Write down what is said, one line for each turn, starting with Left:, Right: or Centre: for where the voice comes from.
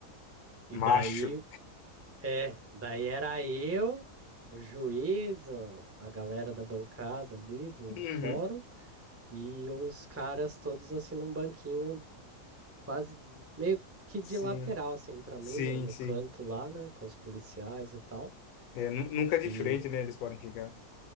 Right: E
Left: Macho.
Right: daí, é, daí era eu, o juiz, o- a galera da bancada ali do, do
Left: Uhum.
Right: fórum e os caras todos assim num banquinho quase meio
Left: <laughs>
Right: que
Left: Sim,
Right: de lateral, assim, pra mim,
Left: sim,
Right: no, no
Left: sim.
Right: canto lá, né, com os policiais e tal.
Left: É, nu- nunca de
Right: E
Left: frente, né? Eles podem ficar.